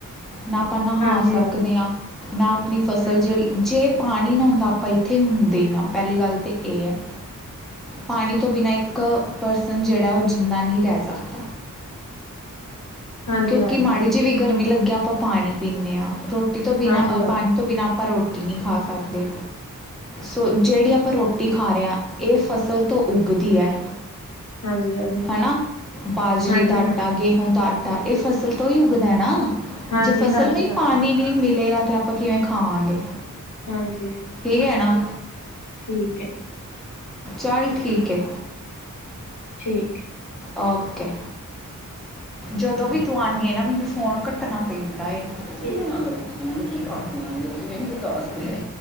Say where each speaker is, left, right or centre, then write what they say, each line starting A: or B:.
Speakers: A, in the centre; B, on the left.
A: ਨਾ ਆਪਾਂ ਨਹਾ
B: ਹਾਂਜੀ
A: ਸਕਦੇ
B: ਹਾਂ,
A: ਆ, ਨਾ ਆਪਣੀ ਫਸਲ
B: ਹਾਂ,
A: ਜਿਹੜੀ ਜੇ ਪਾਣੀ ਨਾ ਹੁੰਦਾ ਆਪਾਂ ਇੱਥੇ ਹੁੰਦੇ ਹੀ ਨਾ ਪਹਿਲੀ ਗੱਲ ਤਾਂ ਇਹ ਹੈ। ਪਾਣੀ ਤੋਂ ਬਿਨਾਂ ਇੱਕ ਪਰਸਨ ਜਿਹੜਾ ਉਹ ਜਿੰਦਾ ਨਹੀਂ ਰਹਿ ਸਕਦਾ।
B: ਹਾਂਜੀ,
A: ਕਿਉਂਕਿ
B: ਹਾਂਜੀ,
A: ਮਾੜੀ ਜਿਹੀ ਵੀ ਗਰਮੀ ਲੱਗਿਆ ਆਪਾਂ ਪਾਣੀ ਪੀਂਦੇ ਹਾਂ ਰੋਟੀ ਤੋਂ ਬਿਨਾਂ
B: ਹਾਂਜੀ, ਹਾਂ,
A: ਪਾਣੀ ਤੋਂ ਬਿਨਾਂ ਆਪਾਂ ਰੋਟੀ ਨਹੀਂ ਖਾ ਸਕਦੇ ਸੋ ਜਿਹੜੀ ਆਪਾਂ ਰੋਟੀ ਖਾ ਰਹੇ ਹਾਂ ਇਹ ਫਸਲ ਤੋਂ ਉੱਗਦੀ ਹੈ
B: ਹਾਂਜੀ, ਹਾਂਜੀ,
A: ਹਨਾ, ਬਾਜਰੇ
B: ਹਾਂਜੀ,
A: ਦਾ ਆਟਾ,
B: ਹਾਂ,
A: ਗੇਹੂੰ ਦਾ ਆਟਾ ਤਾਂ ਇਹ ਫਸਲ ਤੋਂ ਹੀ ਉੱਗਦਾ ਨਾ,
B: ਹਾਂਜੀ,
A: ਜੇ ਫਸਲ
B: ਹਾਂਜੀ,
A: ਨੂੰ ਹੀ
B: ਹਾਂ,
A: ਪਾਣੀ ਨਹੀਂ ਮਿਲੇਗਾ ਤਾਂ ਆਪ ਆਪਾਂ ਕਿਵੇਂ ਖਾਵਾਂਗੇ
B: ਹਾਂਜੀ
A: ਠੀਕ ਹੈ ਨਾ
B: ਠੀਕ ਏ
A: ਚੱਲ ਠੀਕ ਹੈ
B: ਠੀਕ ਹੈ
A: ਓਕੇ, ਜਦੋਂ ਵੀ ਤੂੰ ਆਨੀ ਏ ਨਾ ਮੈਨੂੰ ਫੋਨ ਕੱਟਣਾ ਪੈਂਦਾ ਏ,
B: ਠੀਕ
A: ਕਿੰਨੇ ਨਾਲ ਲੱਗੀ ਹੁਣ ਕੀ ਕਰਦੀਆ ਜੇ ਤੁਸੀਂ ਮੈਨੂੰ ਵੀ ਦੱਸਦੇ।